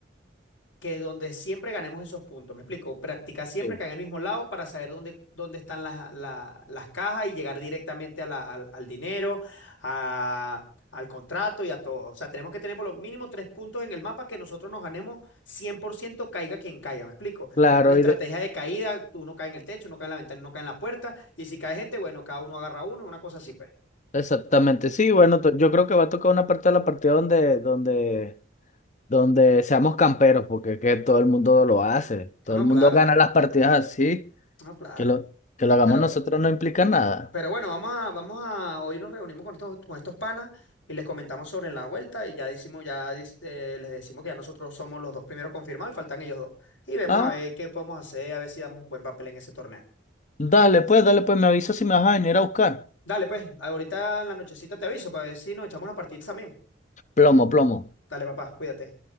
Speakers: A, on the left; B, on the left.
A: que donde siempre ganemos esos puntos. Me explico, practicar siempre
B: Sí.
A: caer en el mismo lado para saber dónde, dónde están las, la- las cajas y llegar directamente a la- al, al dinero, a- al contrato y a todo. O sea, tenemos que tener por lo mínimo tres puntos en el mapa que nosotros nos ganemos 100% caiga quien caiga. Me explico,
B: Claro,
A: tener una estrategia de caída, uno cae en el techo, uno cae en la ventana, uno cae en la puerta y si cae gente, bueno, cada uno agarra uno, una cosa así, pues.
B: Exactamente, sí,
A: Ujú.
B: bueno, to- yo creo que va a tocar una parte de la partida donde, donde, donde seamos camperos, porque es que todo el mundo lo hace, todo
A: Ah, no,
B: el mundo
A: claro,
B: gana las partidas así,
A: no, claro.
B: que lo, que lo hagamos
A: Pero...
B: nosotros no implica nada.
A: Pero bueno, vamos a, vamos a, hoy nos reunimos con estos, con estos panas y les comentamos sobre la vuelta y ya decimos, ya dis- eh, les decimos que ya nosotros somos los dos primeros confirmados, faltan ellos dos. Y vemos
B: Ah,
A: a ver qué podemos hacer, a ver si damos un buen papel en ese torneo.
B: dale pues, dale pues, me avisas si me vas a venir a buscar.
A: Dale, pues, ahorita en la nochecita te aviso para ver si nos echamos unas partidas también.
B: Plomo, plomo.
A: Dale, papá, cuídate.